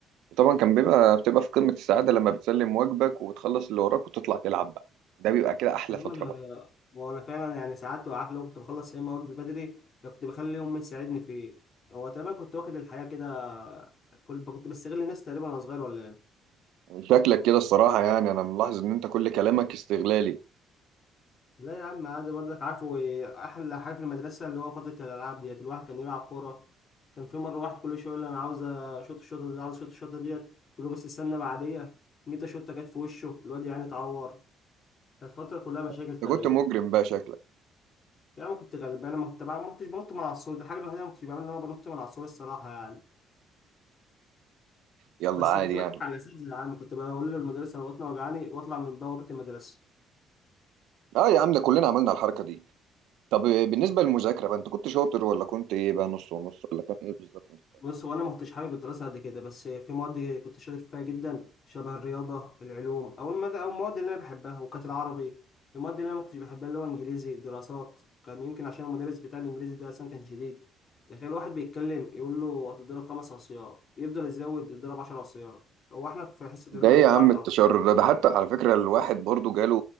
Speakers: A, on the right; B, on the left.
A: وطبعا كان بيبقى بتبقى في قمة السعادة لما بتسلم واجبك وتخلص اللي وراك وتطلع تلعب بقى ده بيبقى كده أحلى
B: يا عم
A: فترة
B: انا
A: بقى
B: وانا فعلا يعني ساعات عارف لو كنت بخلص يا اما واجبي بدري يا كنت بخلي امي تساعدني فيه هو تقريبا كنت واخد الحياة كده كنت كنت بستغل الناس تقريبا وانا صغير ولا إيه؟
A: شكلك كده الصراحة يعني أنا ملاحظ إن أنت كل كلامك استغلالي
B: لا يا عم عادي برضك عارفه إيه، احلى حاجه في المدرسه اللي هو فتره الالعاب ديت الواحد كان يلعب كوره كان في مره واحد كل شويه يقول لي انا عاوز اشوط الشوطه دي عاوز اشوط الشوطه ديت قلت له بس استنى بعديه جيت اشوطه جت في وشه الواد يعني اتعور كانت فتره كلها مشاكل
A: أنت
B: تقريبا
A: كنت مجرم بقى شكلك
B: يعني كنت غلبان ما كنت ما كنتش بنط من على السور دي الحاجه الوحيده اللي ما كنتش بعملها ان انا بنط من على السور الصراحه يعني
A: يلا
B: بس
A: عادي
B: كنت بضحك
A: يعني
B: على الاساتذه يا عم كنت بقول للمدرس انا بطني وجعاني واطلع من بوابه المدرسه
A: أه يا عم ده كلنا عملنا الحركة دي طب بالنسبة للمذاكرة بقى أنت كنت شاطر ولا كنت إيه بقى نص ونص ولا كان إيه بالظبط مستواك؟
B: بص هو انا ما كنتش حابب الدراسه قد كده بس في مواد كنت شاطر فيها جدا شبه الرياضه العلوم او المد... او المواد اللي انا بحبها وكانت العربي المواد اللي انا ما كنتش بحبها اللي هو انجليزي دراسات كان يمكن عشان المدرس بتاع الانجليزي ده اصلا كان شديد تخيل واحد بيتكلم يقول له هتضرب خمس عصيان يفضل يزود يضرب عشر عصيان هو احنا في حصه
A: ده
B: الرياضه
A: إيه
B: بيضاعف
A: يا عم
B: العربي
A: التشرر ده ده حتى على فكرة الواحد برضه جاله